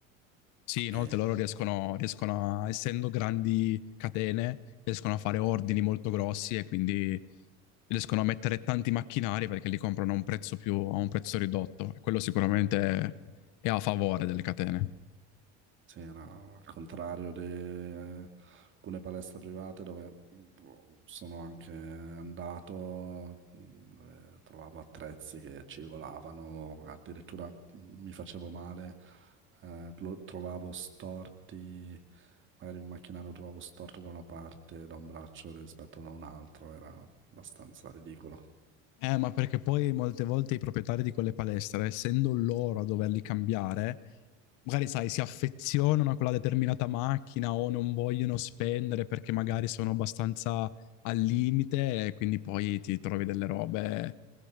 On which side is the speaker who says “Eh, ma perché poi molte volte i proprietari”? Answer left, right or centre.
Left